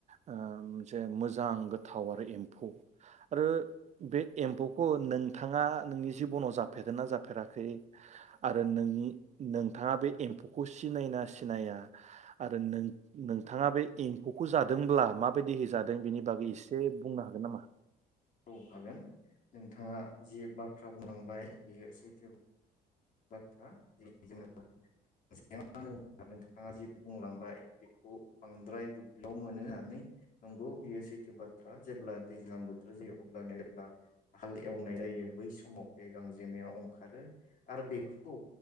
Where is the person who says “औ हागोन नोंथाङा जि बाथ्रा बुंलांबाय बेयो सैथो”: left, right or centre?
Left